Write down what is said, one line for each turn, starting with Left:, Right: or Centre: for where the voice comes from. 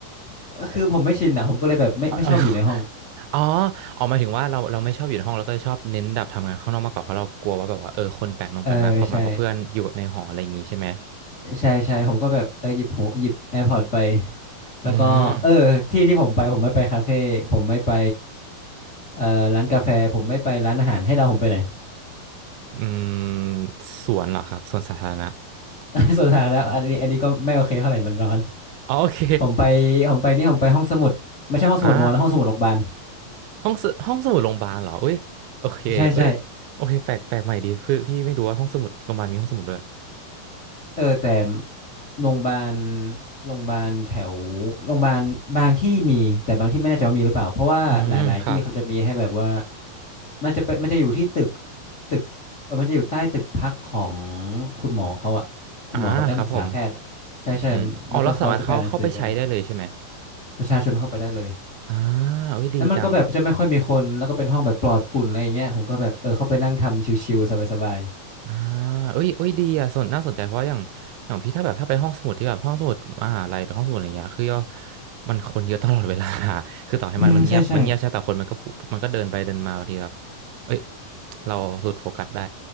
Left: คือผมไม่ชินอะผมก็เลยแบบไม่ไม่ชอบอยู่ในห้อง
Right: อ๋อ <laughs> อ๋อออกมายถึงว่าเราเราไม่ชอบอยู่ในห้องเราก็ชอบเน้นแบบทำงานข้างนอกมากกว่าเพราะเรากลัวว่าแบบว่าเออคนแปลกหน้าแปลกหน้าเข้ามาเพราะเพื่อนอยู่ในหออะไรอย่างงี้ใช่ไหม
Left: เออใช่ใช่ใช่ผมก็แบบเออหยิบหูหยิบ AirPods ไป แล้วก็เออที่ที่ผมไปผมไม่ไปคาเฟ่ผมไม่ไป
Right: อืม
Left: เอ่อร้านกาแฟผมไม่ไปร้านอาหารให้เดาผมไปไหน
Right: อืมสวนเหรอครับสวนสาธารณะ
Left: <laughs> ส่วนสาธารณะอันนี้อันนี้ก็ไม่โอเคเท่าไหร่มันร้อน
Right: อ๋อโอเค
Left: ผมไปผมไปนี่ผมไปห้องสมุดไม่ใช่ห้องสมุดมอนะห้องสมุดโรงพยาบาล
Right: อ่าห้องสห้องสมุดโรงพยาบาลเหรอเอ้ยโอเคเอ้ยโอเคแปลกแปลกใหม่ดีพี่พี่ไม่รู้ว่าห้องสมุดโรงพยาบาลมีห้องสมุดด้วย
Left: ใช่ใช่เออแต่ โรงพยาบาลโรงพยาบาลแถวโรงพยาบาลบางที่มีแต่บางที่ไม่แน่ใจว่ามีหรือเปล่าเพราะว่าหลายๆที่เขาจะมีให้แบบว่า
Right: อืมครับ
Left: มันจะเป็นมันจะอยู่ที่ตึกตึกเออมันจะอยู่ใต้ตึกพักของคุณหมอเขาอะคุณหมอกับนักศึกษาแพทย์อะใช่ใช่มันแล้วก็เขาจะแปลหนังสือกัน
Right: อ่าครับผมอืมอ๋อเราสามารถเข้าเข้าไปใช้ได้เลยใช่ไหม
Left: ประชาชนเข้าไปได้เลย
Right: อ่าเอ้ยดีจัง
Left: แล้วมันก็แบบจะไม่ค่อยมีคนแล้วก็เป็นห้องแบบปลอดฝุ่นอะไรอย่างเงี้ยผมก็แบบเออเข้าไปนั่งทำชิวๆสบาย
Right: อ่าเอ้ยเอ้ยดีอ่ะสนน่าสนใจ เพราะอย่างอย่างพี่ถ้าแบบถ้าไปห้องสมุดที่แบบห้องสมุดมหาลัยหรือห้องสมุดอะไรเงี้ยคือย่อมันคนเยอะตลอดเวลา <laughs> คือต่อให้มันมันเงียบมันเงียบใช่แต่คนมันก็ผูมันก็เดินไปเดินมาบางทีแบบ
Left: ๆอืมใช่ใช่
Right: เอ้ย เราหลุดโฟกัสได้